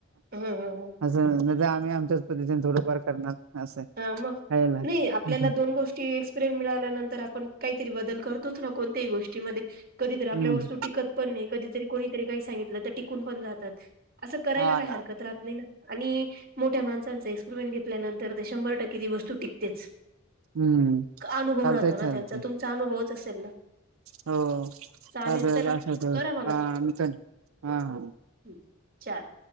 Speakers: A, on the right; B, on the right.
A: हं, हं, हं.
B: असं नाही तर आम्ही आमच्याच पद्धतीने थोडंफार करणार. असं
A: हा मग
B: खायला.
A: नाही आपल्याला
B: हम्म
A: दोन गोष्टी एक्स प्रेन मिळाल्यानंतर आपण काहीतरी बदल करतोच ना कोणत्याही गोष्टीमध्ये कधीतरी आपल्या
B: हम्म.
A: वस्तू टिकत पण नाही कधीतरी कोणीतरी काही सांगितलं तर टिकून पण जातात असं करायला
B: हा
A: काही
B: ना.
A: हरकत राहत नाही ना. आणि मोठ्या माणसांचा एक्सपरिमेंट घेतल्यानंतर ते शंभर टक्के ती वस्तू टिकतेच.
B: हम्म
A: अनुभव
B: चालतय
A: राहतो ना
B: चालतय
A: त्यांचा तुमचा अनुभवच असेल ना.
B: हो हो <unintelligible>
A: चालेल
B: आणि
A: चला करा
B: हा हा
A: ह चार,